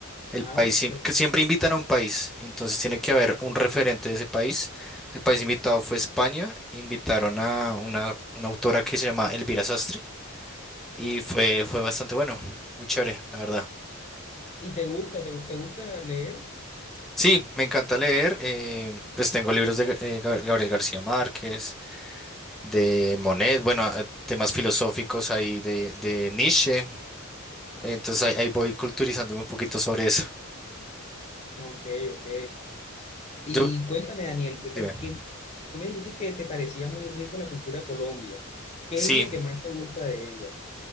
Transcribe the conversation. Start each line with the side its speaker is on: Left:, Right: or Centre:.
Centre: El
Left: ah,
Centre: país, siem-
Left: per-
Centre: que siempre invitan a un país, y entonces tiene que haber un referente de ese país. El país invitado fue España, invitaron a una, una autora que se llama Elvira Sastre y fue,
Left: ok.
Centre: fue bastante bueno, muy chévere, la verdad.
Left: ¿Y te gusta, te, gu- te gusta leer?
Centre: Sí, me encanta leer, eh, pues tengo libros de eh, Gab- Gabriel García Márquez, de Monet, bueno, eh, temas filosóficos ahí de, de Nietzsche, entonces
Left: Ok,
Centre: ahí, ahí voy culturizándome un poquito sobre eso.
Left: ok, ok. Y
Centre: Yo,
Left: cuéntame, Daniel, que,
Centre: dime,
Left: eh, que tú me dijiste que te parecía muy rico la cultura de Colombia. ¿Qué
Centre: sí.
Left: es lo que más te gusta de ella?